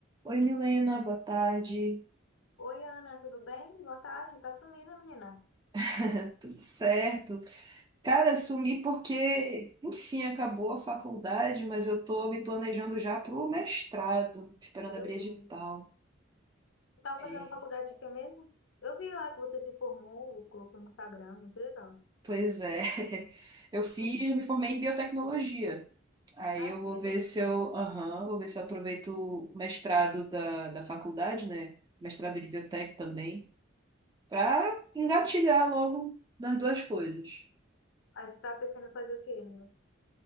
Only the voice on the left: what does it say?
Oi, Ana, tudo bem? Boa tarde. Tá sumida, menina?
Meu
Deus. Tu tava
fazendo faculdade de quê mesmo? Eu vi lá que você se formou, colocou no Instagram, muito legal. <laughs>
Uhum.
Ai,
que legal.
Sim.
Aí você tá pensando em fazer o quê, meninas?